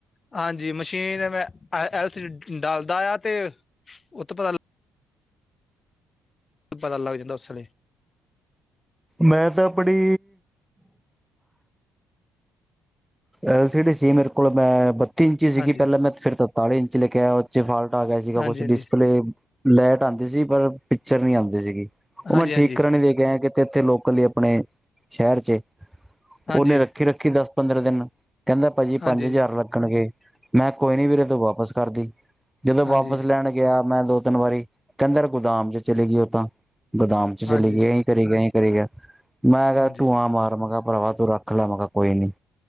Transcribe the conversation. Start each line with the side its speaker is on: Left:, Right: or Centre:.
Left: ਹਾਂਜੀ, ਮਸ਼ੀਨ ਮੈਂ ਐਲ ਸੀ ਡੀ ਲਦਾ ਆ ਤੇ ਉੱਥੋਂ ਪਤਾ ਪਤਾ ਲੱਗ ਜਾਂਦਾ ਉਸ ਵੇਲੇ।
Centre: ਮੈਂ ਤਾਂ ਆਪਣੀ ਐਲ ਸੀ ਡੀ ਸੀ ਮੇਰੇ ਕੋਲ ਮੈਂ ਬੱਤੀ ਇੰਚੀ ਸੀਗੀ
Left: ਹਾਂਜੀ
Centre: ਪਹਿਲਾਂ, ਮੈਂ ਫਿਰ ਤਰਤਾਲੀ ਇੰਚ ਲੈ ਕੇ ਆਇਆ ਉਹਦੇ ਚ ਫਾਲ ਹੈਗਾ ਸੀਗਾ
Left: ਹਾਂਜੀ
Centre: ਕੁਛ
Left: ਹਾਂਜੀ
Centre: ਡਿਸਪਲੇ ਲੈਟ ਆਉਂਦੀ ਸੀ। ਪਰ ਪਿਕਚਰ ਨਹੀਂ ਆਉਂਦੀ ਸੀਗੀ। ਉਹ
Left: ਹਾਂਜੀ
Centre: ਮੈਂ
Left: ਹਾਂਜੀ
Centre: ਠੀਕ ਕਰਨ ਦੇ ਕੇ ਆਇਆ ਕਿਤੇ ਇੱਥੇ ਲੋਕਲ ਹੀ ਆਪਣੇ ਸ਼ਹਿਰ ਚ
Left: ਹਾਂਜੀ
Centre: ਉਹਨੇ ਰੱਖੀ ਰੱਖੀ ਦੱਸ ਅਗਲੇ ਦਿਨ ਕਹਿੰਦਾ ਭਾਜੀ
Left: ਹਾਂਜੀ
Centre: ਪੰਜ ਹਜ਼ਾਰ ਲੱਗਣਗੇ, ਮੈਂ ਕੋਈ ਨੀ ਵੀਰੇ ਤੂੰ ਵਾਪਿਸ ਕਰਦੀ। ਜਦੋਂ
Left: ਹਾਂਜੀ
Centre: ਵਾਪਸ ਲੈਣ ਗਿਆ ਮੈਂ ਦੋ ਤਿੰਨ ਵਾਰੀ, ਕਹਿੰਦਾ ਯਾਰ ਗੋਦਾਮ ਚ ਚਲੀ ਗਈ ਉਹ ਤਾਂਹ, ਗੋਦਾਮ ਚ ਚਲੀ
Left: ਹਾਂਜੀ
Centre: ਗਈ ਏ। ਕਰੀ ਗਿਆ ਕਰੀ ਗਿਆ। ਮੈਂ ਕਿਹਾ
Left: ਹਾਂਜੀ
Centre: ਤੂੰ ਠੁਆ ਮਾਰ ਮਗਾ ਭਰਾਵਾ ਤੂੰ ਰੱਖ ਲੈ ਮੈ ਕਿਹਾ ਕੋਈ ਨੀ।